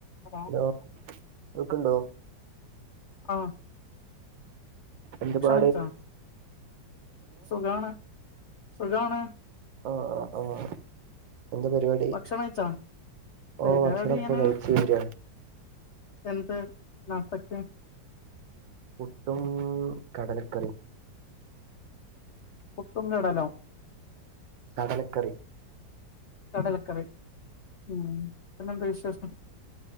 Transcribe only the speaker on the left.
Hello
ആഹാ.
കഴിച്ചോ സുഖാണ്, സുഖാണ്.
ഭക്ഷണം കഴിച്ചോ പരിപാടി
ഇങ്ങനെ
എന്ത് നാസ്തക്ക?
പട്ടും കടലോ?
കടലക്കറി ഉം പിന്നെന്താ വിശേഷം